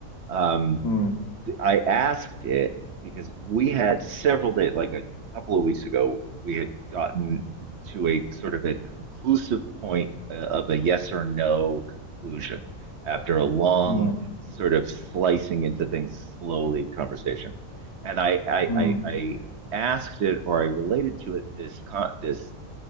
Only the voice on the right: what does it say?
Um,
I asked it because we had several days, like a couple of weeks ago, we had gotten to a sort of a conclusive point uh, of a yes or no conclusion after a long
sort of slicing into things slowly conversation. And I, I,
I, I asked it or I related to it this con- this